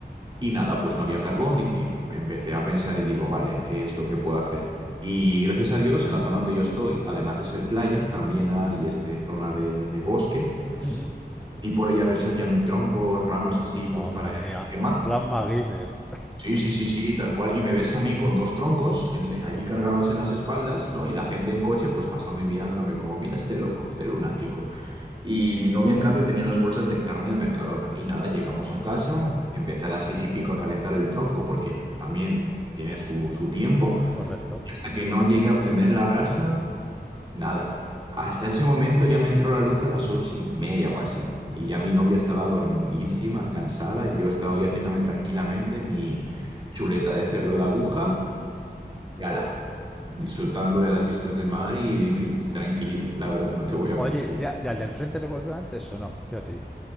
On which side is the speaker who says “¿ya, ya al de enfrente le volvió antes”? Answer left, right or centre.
Centre